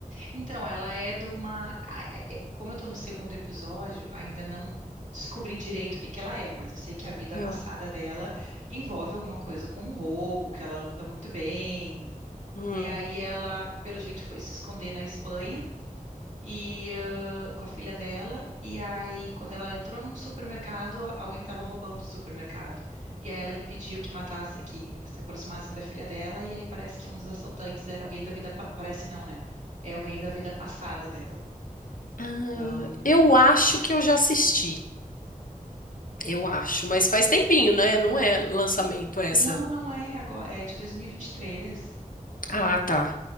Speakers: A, on the right (about 60°); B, on the left (about 75°).
A: Então, ela é de uma. a- a- é- Como eu estou no segundo episódio, ainda não descobri direito o que que ela é, mas eu sei que a vida
B: Ah,
A: passada dela envolve alguma coisa com um roubo, que ela luta muito bem.
B: hum.
A: E aí ela, pelo jeito, foi se esconder na Espanha. e ãh, com a filha dela. E aí, quando ela entrou num supermercado, a- alguém estava roubando o supermercado. E aí ela impediu que matasse, que se aproximassem da filha dela. E aí parece que um dos assaltantes era alguém da vida, pa- parece não, né? É alguém da vida passada dela.
B: Ah,
A: Então,
B: eu acho que eu já assisti. Eu acho, mas faz tempinho, né? Não é lançamento essa.
A: não, não é agora, é de dois mil e e vinte e três
B: Ah, tá.